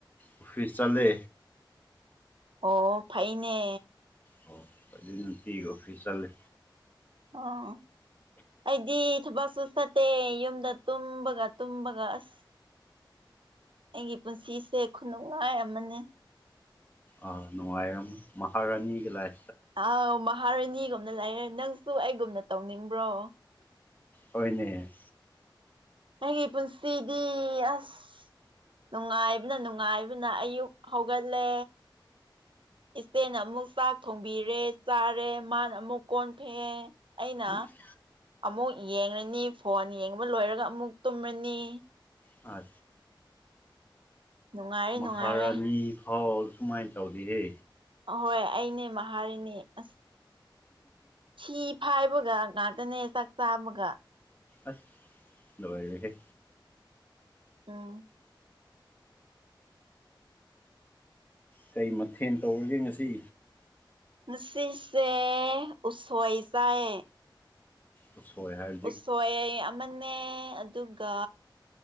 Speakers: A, on the left; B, on the right.
A: ꯑꯣꯐꯤꯁ ꯆꯠꯂꯦ
B: ꯑꯣ ꯐꯥꯏꯅꯦ
A: ꯑꯣ ꯐꯖ ꯅꯨꯡꯇꯤꯒꯤ ꯑꯣꯐꯤꯁ ꯆꯠꯂꯦ
B: ꯑꯣ ꯑꯩꯗꯤ ꯊꯕꯛꯁꯨ ꯐꯠꯇꯦ ꯌꯨꯝꯗ ꯇꯨꯝꯕꯒ ꯇꯨꯝꯕꯒ ꯑꯁ ꯑꯩꯒꯤ ꯄꯨꯟꯁꯤꯁꯦ ꯈꯨꯅꯨꯡꯉꯥꯏ ꯑꯃꯅꯤ
A: ꯑꯥ ꯅꯨꯡꯉꯥꯏꯔꯝꯃ ꯃꯍꯥꯔꯥꯅꯤꯒꯤ ꯂꯥꯏ
B: ꯑꯥꯎ ꯃꯍꯥꯔꯥꯅꯤꯒꯨꯝꯅ ꯂꯩꯔꯦ ꯅꯪꯁꯨ ꯑꯩꯒꯨꯝꯅ ꯇꯧꯅꯤꯡꯕ꯭ꯔꯣ
A: ꯍꯣꯏꯅꯦ
B: ꯑꯩꯒꯤ ꯄꯨꯟꯁꯤꯗꯤ ꯑꯁ ꯅꯨꯡꯉꯥꯏꯕꯅ ꯅꯨꯡꯉꯥꯏꯕꯅ ꯑꯌꯨꯛ ꯍꯧꯒꯠꯂꯦ ꯏꯆꯦꯅ ꯑꯃꯨꯛ ꯆꯥꯛ ꯊꯣꯡꯕꯤꯔꯦ ꯆꯥꯔꯦ ꯃꯥꯅ ꯑꯃꯨꯛ ꯀꯣꯟ ꯐꯩꯑꯦ ꯑꯩꯅ
A: ꯑꯁ
B: ꯑꯃꯨꯛ ꯌꯦꯡꯉꯅꯤ ꯐꯣꯟ ꯌꯦꯡꯕ ꯂꯣꯏꯔꯒ ꯑꯃꯨꯛ ꯇꯨꯝꯔꯅꯤ
A: ꯑꯥ
B: ꯅꯨꯡꯉꯥꯏꯔꯦ
A: ꯃꯍꯥꯔꯥꯅꯤ
B: ꯅꯨꯡꯉꯥꯏꯔꯦ
A: ꯐꯥꯎ ꯁꯨꯃꯥꯏꯅ ꯇꯧꯔꯤꯍꯦ
B: ꯑꯍꯣꯏ ꯑꯩꯅꯦ ꯃꯍꯥꯔꯤꯅꯤ ꯑꯁ ꯁꯤ ꯐꯥꯏꯕꯒ ꯉꯥꯛꯇꯅꯦ ꯆꯥꯛ ꯆꯥꯕꯒ
A: ꯑꯁ ꯂꯣꯏꯔꯦ
B: ꯎꯝ
A: ꯀꯩ ꯃꯊꯦꯜ ꯇꯧꯔꯒꯦ ꯉꯁꯤ
B: ꯁꯤꯁꯦ ꯎꯁꯣꯏꯖꯥꯏ
A: ꯎꯁꯣꯏ ꯍꯥꯏ
B: ꯎꯁꯣꯏ ꯑꯃꯅꯦ ꯑꯗꯨꯒ